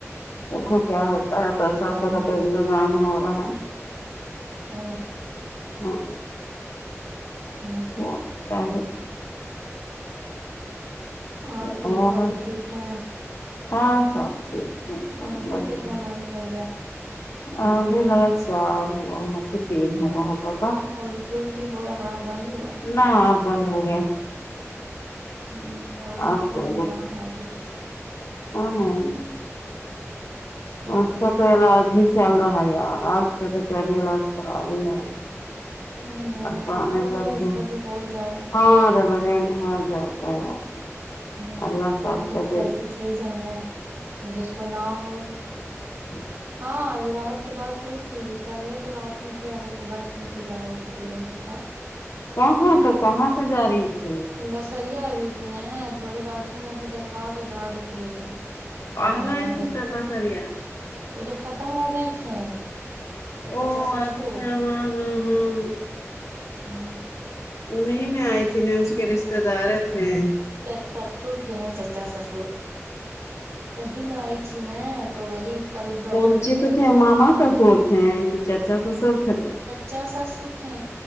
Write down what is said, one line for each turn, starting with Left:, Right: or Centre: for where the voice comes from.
Left: دیکھو
Right: ہاں
Left: کیا
Right: ہاں
Left: ہوتا
Right: سب
Left: ہے پیسہ
Right: تو ٹائم
Left: ویسا کا تو
Right: ہے
Left: انتظام ہو رہا ہے
Right: ا
Left: ہاں
Right: ہاں
Left: ہ ہے
Right: اور
Left: ہے
Right: خوشبو
Left: اور
Right: آ بھی ٹھیک ہے
Left: ہاں سب ٹھیک ہےم
Right: ان کو
Left: بڑھیا
Right: کتنا منتھ ہو گیا
Left: ا ابھی لگا چار ہوا ہے پھر تین ہوا ہے پر
Right: اور الٹی الٹی ہو رہا بند ہوا
Left: نہ بندوگے
Right: ہوں راحت
Left: آ کوٹ
Right: کو بھی نہ ہاں بھی
Left: نہیں
Right: ہاں
Left: اس کا تو علاج ہی چل رہا ہے یار آج سے بچاری علاج کرا رہی ہے
Right: نہیں نہیں
Left: اور تو
Right: اللہ کرے اس
Left: کر
Right: کو بھی ہو جائے ایک
Left: ہاںرے
Right: آدھ تھوڑی
Left: بہن ہو جائے سحی بات ہے
Right: ہوں
Left: اللہ
Right: بال
Left: سب
Right: بچہ
Left: کو دے
Right: ایسی چیز ہے نا جس کو نہ ہو
Left: ہ <unintelligible>
Right: ہاںج رات سے بات ہوئی تھی کہلے تو رات میں کیا تھا تو بس میں تھی جا رہی تھی دلہے کے پاس <unintelligible>
Left: کہاں تو کہاں سے جا رہی تھی
Right: بسریا ہوئی تھی نا تو وہی ڈالسن گنج سے دیکھا کے جا رہی تھی وہ <unintelligible>
Left: پل
Right: رہا
Left: ہے کتب
Right: یہ
Left: سریا
Right: وہ جو ختم ہو گئے تھے اس
Left: او
Right: کے چچا سسر
Left: اچھا ہاں ہاں ہاں
Right: ہاں <unintelligible>
Left: انہیں میں آئی تھی ن اس کے رشتے دار تھے
Right: چ سسر تھے چچا سسر وہی لائی تھی ن تو وہی کل ڈاکٹر
Left: کانچی
Right: نے کہ
Left: تو
Right: دیکھا
Left: تھ ماما سا سوولتے ہیں کہ چاچا ساسر خدم ہو
Right: چاسسور تھے